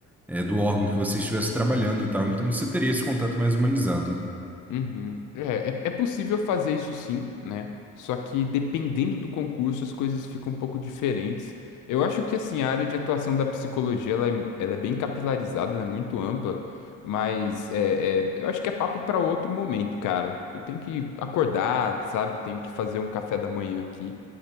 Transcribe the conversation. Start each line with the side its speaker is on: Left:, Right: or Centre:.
Centre: é, do órgão que você estivesse trabalhando e tal. Então você teria esse contato mais humanizado.
Left: Uhum. É, é, é possível fazer isso sim, né? Só que dependendo do concurso, as coisas ficam um pouco diferentes. Eu acho que assim, a área de atuação da psicologia ela é, ela é bem capilarizada, ela é muito ampla, mas é, é, eu acho que é papo para outro momento, cara. Que eu tenho que acordar, sabe? Tenho que fazer um café da manhã aqui.